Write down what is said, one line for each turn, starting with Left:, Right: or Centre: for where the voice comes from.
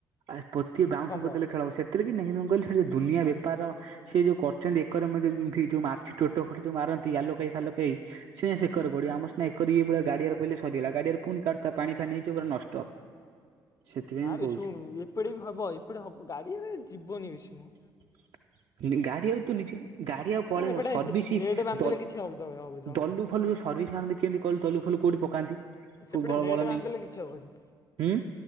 Right: ଆରେ ପୋତି
Left: ଉଁ
Right: ବାଉଁଶ
Left: ଖମ୍ବ।
Right: ପୋତିଦେଲେ ଖେଳ ହବ ସେଥିରେ କିଛି ନାଇଁ କିନ୍ତୁ ମୁଁ କହିଲି ଶଳା ଏ ଦୁନିଆ ବେପାର। ସେ ଯୋଉ କରଚନ୍ତି ଏକରେ ମୁଁ ଯଉ ଭି ଯୋଉ ମାରଛି ଚୋଟ ଫୋଟ ଯୋଉ ମାରନ୍ତି ଆଲୋକେଇ ଫୋଲୋକେଇ। ସେ ସେକରେ ପଡିବ ଆମ ସିନା ଏକରି ଇଏଭଳିଆ ଗାଡିଆରେ ପଇଲେ ସରିଗଲା ଗାଡିଆରେ ଫୁଣି କାଢୁଥା ପାଣି ଫାଣି ହେଇଯିବ ପୁରା ନଷ୍ଟ। <inaudible>
Left: ନାବେ
Right: ମୁଁ କହୁଛି।
Left: ଶୁଣୁ ଏପଟେ ବି ହବ ଏପଟେ ହବ ଗାଡିଆରେ ଯିବନି ବେଶି ମଁ।
Right: <inaudible> <unintelligible> ଗାଡିଆକୁ ତୁ ନିଜେ ଗାଡିଆକୁ ପଳେଇବ
Left: ସେପଟେ
Right: ସର୍ଭିସି
Left: ନେଟ୍ ବାନ୍ଧିଦେଲେ
Right: ଦ
Left: କିଛି ହବ ଦ ହବ ତ ହବନି।
Right: ଦଲୁ। ଫଲୁ ଯେଉଁ ସର୍ଭିସ୍ ମ୍ୟାନ ଦେ କେନ୍ତି କଲୁ ତଲୁ ଫଲୁ କୋଉଠି ପକାନ୍ତି?
Left: ସେପଟେ
Right: ବଳ
Left: ନେଟେ
Right: ବଳ
Left: ବାନ୍ଧିଲେ
Right: ନେଇ
Left: କିଛି ହବନି
Right: ହୁଁ